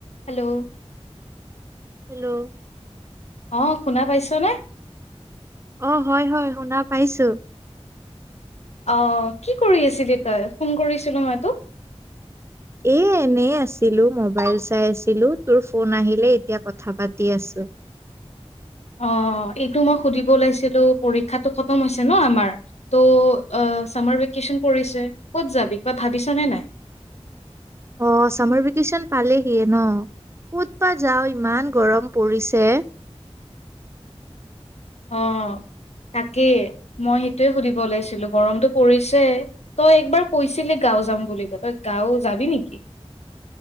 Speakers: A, on the left; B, on the right.
A: হেল্ল'
B: হেল্ল'
A: অঁ শুনা পাইছ নে
B: অ' হয় হয় শুনা পাইছো
A: অহ কি কৰি আছিলি তই ফোন কৰিছিলো মই তোক
B: এ এনে আছিলো মোবাইল চাই আছিলো তোৰ ফোন আহিলে এতিয়া কথা পাতি আছো
A: অঁ এইটো মই সুধিব ওলাইছিলো পৰীক্ষাতটো খতম হৈছে ন আমাৰ ত' চামাৰ ভেকেশ্যন পৰিছে ক'ত যাবি কিবা ভাবিছোনে নাই
B: অঃ চামাৰ ভেকেশচন পালেহিয়ে ন ক'ত পা যাও ইমান গৰম পৰিছে
A: অ' তাকেই মই সেইটোৱে সুধিব ওলাইছিলো গৰমটো পৰিছে তই একবাৰ কৈছিলি গাঁও যাম বুলি কয় তই গাঁও যাবি নেকি?